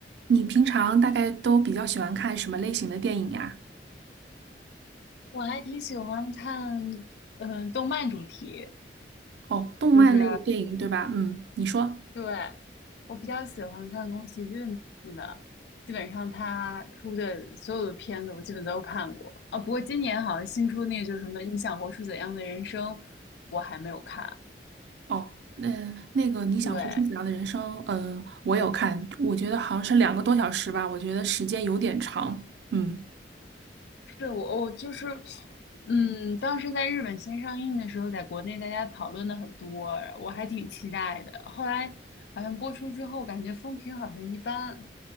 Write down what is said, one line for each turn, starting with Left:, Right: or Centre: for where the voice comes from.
Right: 你平常大概都比较喜欢看什么类型的电影呀？
Left: 我还挺喜欢看，嗯、动漫主题，
Right: 哦，动漫类的电影，
Left: 就是
Right: 对吧？嗯，你说。
Left: 对我比较喜欢看宫崎骏的，基本上他出的所有的片子我基本都看过啊。不过今年好像新出那个，就是什么《你想活出怎样的人生》，我还没有看。
Right: 哦，那、那个你想活出怎样的人生？
Left: 对，
Right: 嗯、我有看，我觉得好像是两个多小时吧，我觉得时间有点长。嗯，
Left: 对我我就是，嗯，当时在日本先上映的时候，在国内大家讨论的很多，我还挺期待的。后来好像播出之后，感觉风评好像一般。